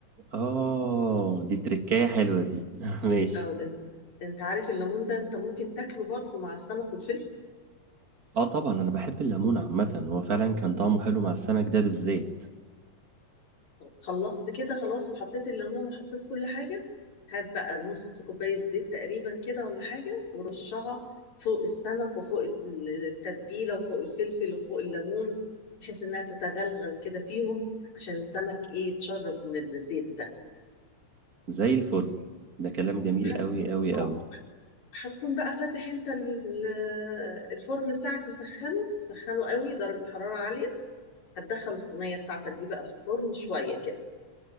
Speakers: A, on the right (about 35°); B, on the left (about 70°).
A: اه دي تركاية حلوة دي <laughs> ماشي
B: أو إن- أنت عارف الليمون ده أنت ممكن تاكله برضه مع السمك والفلفل
A: اه طبعا انا بحب الليمون عامة هو فعلا كان طعمه حلو مع السمك ده بالذات
B: طب خلصت كده خلاص وحطيت الليمون وحطيت كل حاجة هات بقى نص كوباية زيت تقريبا كده ولا حاجة ورشها فوق السمك وفوق ال- التتبيلة وفوق الفلفل وفوق الليمون بحيث إنها تتغلغل كده فيهم عشان السمك إيه يتشرب من الزيت ده
A: زي الفل ده كلام جميل
B: حط
A: قوي قوي
B: اه
A: قوي
B: هتكون بقى فاتح انت ال- الفرن بتاعك مسخنه مسخنه قوي درجة حرارة عالية هتدخل الصينية بتاعتك دي بقى في الفرن شوية كده